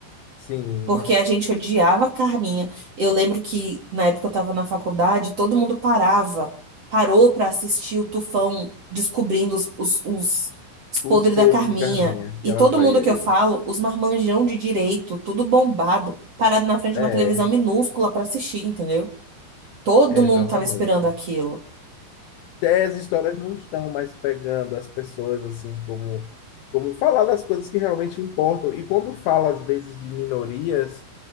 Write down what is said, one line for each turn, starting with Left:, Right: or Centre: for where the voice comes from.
Left: Sim.
Right: Porque a gente odiava a Carminha. Eu lembro que na época eu tava na faculdade, todo mundo parava, parou pra assistir o Tufão descobrindo os, os, os, os
Left: Os
Right: podres
Left: podres
Right: da Carminha.
Left: de Carminha,
Right: E
Left: que ela
Right: todo
Left: traía
Right: mundo que
Left: ele.
Right: eu falo, os marmanjão de direito, tudo bombado, parado na frente de
Left: É,
Right: uma televisão minúscula pra assistir, entendeu? Todo
Left: é
Right: mundo
Left: exatamente.
Right: tava esperando aquilo.
Left: É, As histórias não estão mais pegando as pessoas assim como como falar das coisas que realmente importam. E quando fala às vezes de minorias,